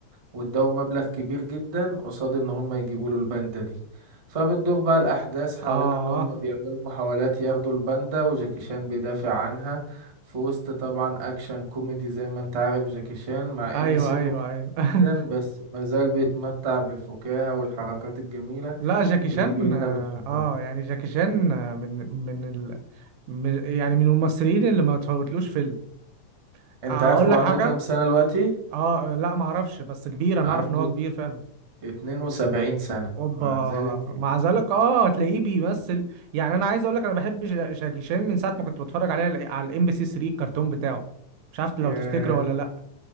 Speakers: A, on the right (about 45°); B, on the right (about 80°).
A: واداهم مبلغ كبير جدا قصاد ان هم يجيبوا له الباندا دي فبتدور بقى الاحداث حوالين
B: اه
A: ان هم بيعملوا محاولات ياخدوا الباندا وجاكي شان بيدافع عنها في وسط طبعا اكشن كوميدي زي ما انت عارف جاكي شان مع
B: ايوه
A: ان سنه
B: ايوه
A: كبير
B: ايوه <laughs>
A: جدا بس ما زال بيتمتع بالفكاهة والحركات الجميلة
B: لا جاكي شان
A: اللي كلنا
B: اه
A: بنحبها
B: آه، يعني جاكي شان آه، من من ال... من- يعني من الممثلين اللي ما تفوتلوش فيلم
A: انت
B: اقول
A: عارف هو
B: لك
A: عنده
B: حاجة
A: كام سنة دلوقتي
B: اه آه، لا معرفش بس كبير انا
A: عنده
B: اعرف ان هو كبير فعلا
A: 72 سنة
B: اوبا
A: مع ذلك
B: ومع ذلك اه هتلاقيه بيمثل يعني انا عايز اقول لك انا بحب شا- شاكي شان من ساعه ما كنت بتفرج عليه على الام بي سي 3 الكرتون بتاعه مش عارف لو
A: ياه،
B: تفتكره ولا لا